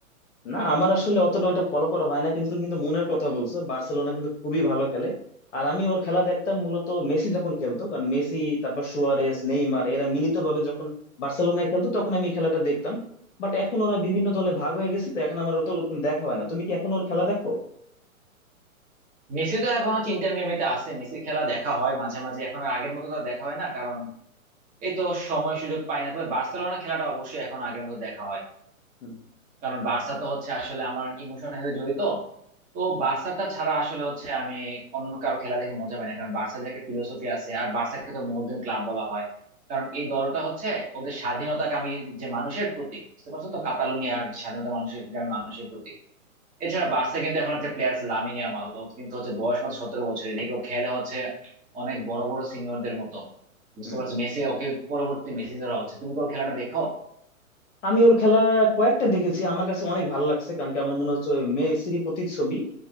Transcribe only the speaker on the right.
মেসি তো এখন হচ্ছে ইন্টার মিয়ামিতে আছে মেসির খেলা দেখা হয় মাঝে মাঝে এখন আর আগের মতো তার দেখা হয় না কারণ এই তো সময় সুযোগ পাই না তবে বার্সেলোনার খেলাটা অবশ্যই এখন আগের মতো দেখা হয়
কারণ বার্সা তো হচ্ছে আসলে আমার ইমোশনের সাথে জড়িত তো বার্সাটা ছাড়া আসলে হচ্ছে আমি অন্য কারো খেলা দেখে মজা পাই না কারণ বার্সার যে একটা ফিলোসফি আছে আর বার্সাকে তো মডার্ন ক্লাব বলা হয় কারণ এই দলটা হচ্ছে ওদের স্বাধীনতাকামী যে মানুষের প্রতীক বুঝতে পারছো তো কাতালোনিয়ার স্বাধীনতা মানুষের গ্রামের মানুষের প্রতীক এছাড়া বার্সা কিন্তু এখন একটা প্লেয়ার আছে লামিনে ইয়ামাল ও কিন্তু হচ্ছে বয়স মাত্র সতেরো বছর এদিকে ও খেলে হচ্ছে অনেক বড় বড় সিনিয়রদের মতো বুঝতে
পারছো মেসি ওকে পরবর্তী মেসি ধরা হচ্ছে তুমি কোন খেলাটা দেখো